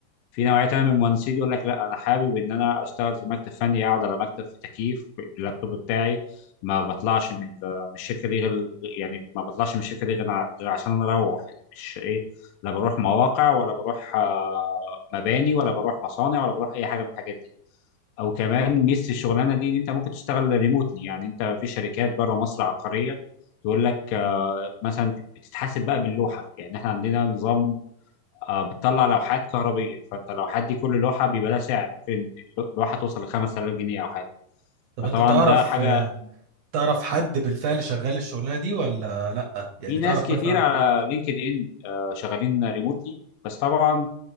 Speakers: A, on the left (about 75°); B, on the right (about 80°).
A: في نوعيه تانيه من المهندسين يقول لك لا انا حابب ان انا اشتغل في مكتب فني اقعد على مكتب في تكييف اللابتوب بتاعي ما بطلعش من من الشركه دي غير يعني ما بطلعش من الشركه دي غير ع- غير عشان انا اروح يعني مش ايه لا بروح مواقع ولا بروح آه، مباني ولا بروح مصانع ولا بروح اي حاجه من الحاجات دي او كمان ميزه الشغلانه دي ان انت ممكن تشتغل ريموتلي يعني انت في شركات بره مصر عقاريه تقول لك آه، مثلا بتتحاسب بقى باللوحه يعني احنا عندنا نظام آه، بتطلع لوحات كهربيه فانت اللوحات دي كل لوحه بيبقى لها سعر ممكن اللوحه توصل ل 5000 جنيه او حاجه
B: طب
A: فطبعا
B: انت تعرف
A: ده حاجه
B: تعرف حد بالفعل شغال الشغلانة دي ولا لا يعني
A: في ناس
B: تعرف
A: كتير
B: مثلا
A: على لينكد ان آه، شغالين ريموتلي بس طبعا